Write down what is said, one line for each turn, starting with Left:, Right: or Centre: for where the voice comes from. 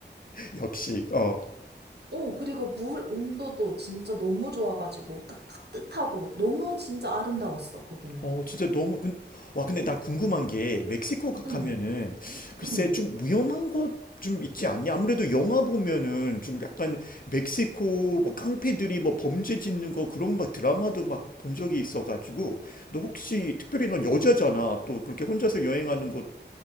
Left: <laughs> 역시, 어.
Right: 어, 그리고 물 온도도 진짜 너무 좋아가지고 딱 따뜻하고 너무 진짜 아름다웠어, 거기는.
Left: 어, 진짜 너무, 근 와, 근데 나 궁금한 게, 멕시코 가- 가면은,
Right: 응,
Left: 글쎄,
Right: 응.
Left: 좀 위험한 것 좀 있지 않냐? 아무래도 영화 보면은, 좀 약간, 멕시코, 뭐, 깡패들이 뭐, 범죄 짓는 거, 그런 막 드라마도 막 본 적이 있어가지고, 너 혹시, 특별히 넌 여자잖아. 또, 그렇게 혼자서 여행하는 것,